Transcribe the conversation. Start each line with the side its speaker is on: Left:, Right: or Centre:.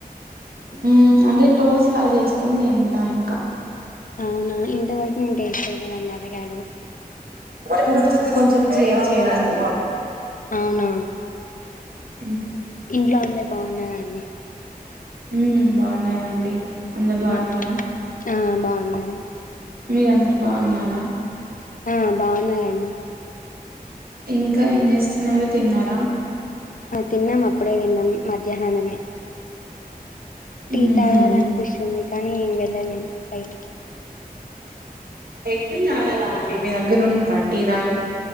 Right: ఉ అంటే టోస్ లాగా చేసుకుని తింటా ఇంకా
Left: అవునా ఇంతవరకి నేను టేస్ట్ చేయలేదండి అవగాడో
Right: కొంచం కొంచెం చేదు చేదు ఉంటది
Left: అవునా
Right: ఉ
Left: ఇంట్లో అందరు బాగున్నారండి
Right: ఉ బాగున్నారండి అందరు బాగున్నారా
Left: ఆ, ఆ బాగున్నానే
Right: మీరందరు బాగున్నారా
Left: ఆ బాగున్నారండి
Right: ఇంకా ఏం చేస్తున్నారు తిన్నారా
Left: ఆ తిన్నాం అప్పుడే తిన్నాం మధ్యాహ్నమే టీ
Right: మ్మ్
Left: తాగాల
Right: హ్మ్
Left: అనిపిస్తుంది కానీ వెళ్ళలేం బైటికి
Right: బయటికెళ్ళి తాగలా అండి మీ దగ్గర ఉండదా టీ తాగడం